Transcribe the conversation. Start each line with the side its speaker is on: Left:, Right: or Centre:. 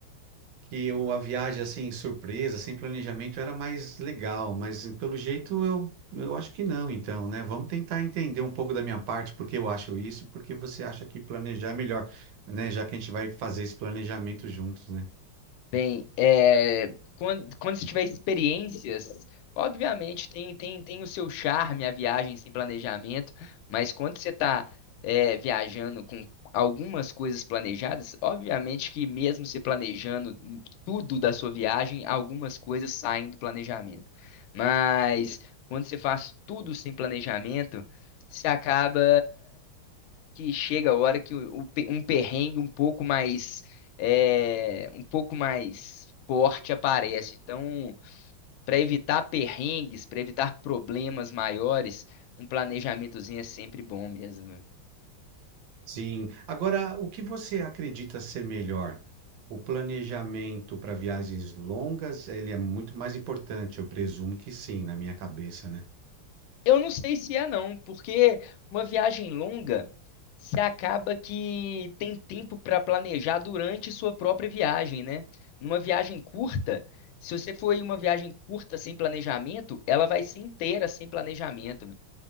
Right: que eu, a viagem assim surpresa, sem planejamento era mais legal, mas pelo jeito eu eu acho que não, então, né? Vamos tentar entender um pouco da minha parte porque eu acho isso, porque você acha que planejar é melhor, né? Já que a gente vai fazer esse planejamento juntos, né?
Left: bem, é, quando, quando se tiver experiências, obviamente tem, tem, tem o seu charme a viagem sem planejamento, mas quando você está viajando com algumas coisas planejadas, obviamente que mesmo se planejando tudo da sua viagem, algumas coisas saem do planejamento. Mas quando você faz tudo sem planejamento, você acaba que chega a hora que o- o pe- um perrengue um pouco mais é, um pouco mais forte aparece. Então, para evitar perrengues, para evitar problemas maiores, um planejamentozinho é sempre bom mesmo. né?
Right: Sim. Agora, o que você acredita ser melhor? O planejamento para viagens longas, ele é muito mais importante, eu presumo que sim, na minha cabeça, né?
Left: Eu não sei se é não, porque uma viagem longa, você acaba que tem tempo para planejar durante sua própria viagem, né? Numa viagem curta, se você for em uma viagem curta sem planejamento, ela vai ser inteira sem planejamento,